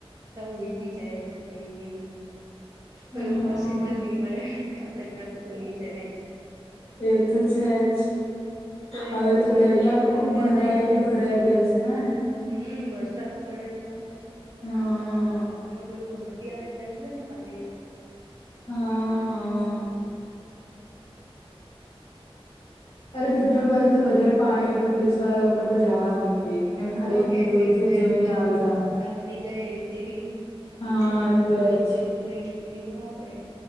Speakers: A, on the right (about 35°); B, on the left (about 85°).
A: હોય, બી જાય તો, કઈ નહી એમ. તો
B: હમ
A: એવું પોસિબલ નહી મળે કે, આપડે ત્યા સુઈ જાય.
B: એ તો છે જ.
A: પણ એમ
B: હવે
A: કોઈ
B: તો દરિયા
A: એવી રીતે
B: બી
A: ફરવા
B: ખુબ ભરાયેલી
A: જાય તો
B: ભરાયેલી હશે, હા ને.
A: હમ, વરસાદ પડે તો?
B: હમ.
A: એમાં પેલું ભરતી આવે, ત્યારે ખબર ને પાણી આવે.
B: હા, હા. અરે તિથલ બાજુ તો વધારે પાણી હોય તો, પોલીસ વાળા લોકો તો જવા બી નહી દે. એમ
A: હ,
B: ખાલી
A: કેમ
B: દૂરથી
A: કે કોઈ
B: જોઈને
A: એમ જેમ
B: આવી
A: કોઈ
B: જવાનું
A: ઘટના બની જાય, એવી તેવી.
B: હા
A: એટલે એ લોકો
B: જ
A: એ તો એ લોકોની ડ્યુટી નિભાવવા પડે.